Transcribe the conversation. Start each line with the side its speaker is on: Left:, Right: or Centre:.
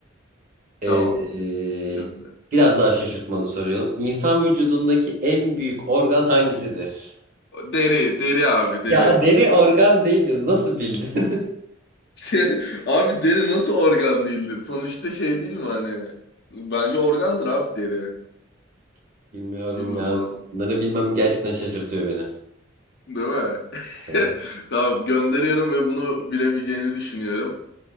Right: Ee,
Left: Tamam. Gönder.
Right: biraz daha şaşırtmalı soruyorum. İnsan vücudundaki en büyük organ hangisidir?
Left: Deri, deri abi, deri.
Right: Ya deri organ değildir. Nasıl bildin?
Left: <laughs> Abi deri nasıl organ değildir? Sonuçta şey değil mi hani? Bence organdır abi deri.
Right: <laughs> Bilmiyorum
Left: Bilmiyorum
Right: ya.
Left: bana.
Right: Bunları bilmem gerçekten şaşırtıyor beni.
Left: Değil mi?
Right: Evet.
Left: <laughs> Tamam gönderiyorum ve bunu bilemeyeceğini düşünüyorum.